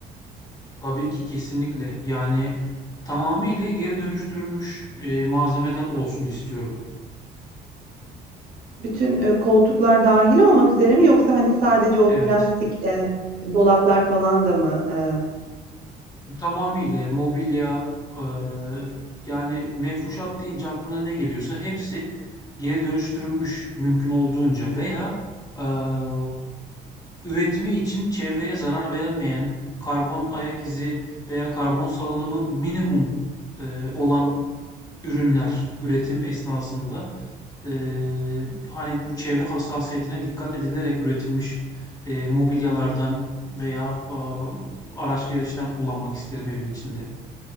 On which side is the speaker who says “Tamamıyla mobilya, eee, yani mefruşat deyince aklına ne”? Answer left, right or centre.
Left